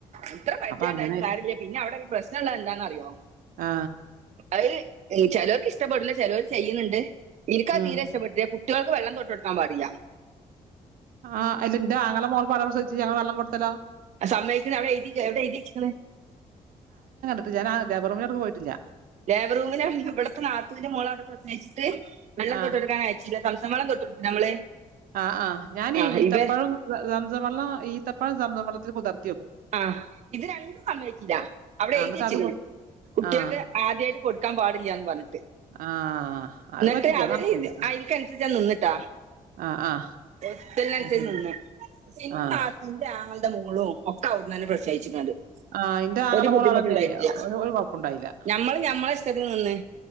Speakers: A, on the right; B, on the right.
A: അത്ര പര്ച
B: അങ്ങനെ
A: ഉണ്ടായിും ആരില്ല പിന്നെ അവിടെ ഒരു പ്രശ്നം ള്ള എന്താന്നറിയോ
B: ആ
A: അത് ചേലോർക് ഇഷ്ടപ്പെടില്ല ചിലർ ചെയ്യണ്ഡ് ഇരിക്കാൽ
B: ഉം
A: തീരെ ഇഷ്ടപ്പെട്ടില്ലേ കുട്ടികൾക്ക് വെള്ളം തൊട്ട് എടുക്കാൻ പാടിയ
B: ആഹ് ഇല്ലൻന്റെറെഞങ്ങളെ മോൾ പാട പ്രസവിച്ഞങ്ങള് വെള്ളം കൊടുത്തല്ലോ
A: ആ സമ്മക്കുന്ന അവിടെ എഴുതിക്ക എവിടെ എഴുതിച്ചണ
B: ഞാ ആാബറമിലോടുക്ക് പോയിട്ടില്ല
A: ലേബർറൂമിെള്ള ഇവിടുത്തെ നാത്തവിന്റെ മോള അവിടെ പ്രസഹിച്ചിട്ട് വെള്ളം
B: ആ
A: തൊട്ട് എടുക്കാൻ അയച്ചിില്ല സംസങ്ങളളം തൊട്ടു നമ്മള്
B: ആഹ് ആഹ് ഞാനീ
A: ആ
B: ഈത്തപ്പഴം
A: ഇവ
B: സംസാവള്ളം ഈത്തപ്പഴം സംസാ വെള്ളത്തിൽ കുതിർത്തു
A: ആഹ് ഇത് രണ്ടും സമയച്ചില്ല അവിടെ
B: ആ
A: എഴുതി
B: എന്നിട്ട്
A: വച്ചിക്കണ്
B: അത് കൊ-
A: കുട്ടികൾക്ക്
B: ആ
A: ആദ്യമായിട്ട് കൊടുക്കാൻ പാടില്ലന്ന് പറഞ്ഞിട്ട്
B: ആഹ് അത്
A: എന്നിട്ടേ
B: പറ്റില്ല
A: അവര്
B: അത് നടക്കൂല
A: ഐനിക്കൻ സരിച്ച് ഞാൻ നിന്നിട്ടാ
B: ആഹ് ആഹ്
A: സ്റ്റാൽ നാൻസർച്ച്
B: അത് ശരി
A: നിന്ന് പക്ഷെ എന്റെ
B: ആഹ്
A: നാത്തൂൻ എന്റെ ആങ്ങളുടെ മോളോ ഒക്കെ അവിടുന്ന്ന്നെ പ്രസവിച്ചക്കണത്
B: ആഹ് ഇന്റെ ആങ്ങള
A: ഒരു
B: മോള്
A: ബുദ്ധിമുട്ടുണ്ടായിട്ടില്ല
B: അവടെന്നേനി ഒരു ഒരു കൊഴപ്പുണ്ടായില്ല
A: ഞമ്മള് ഞമ്മളെഇഷ്ടത്തിനി ന്ന്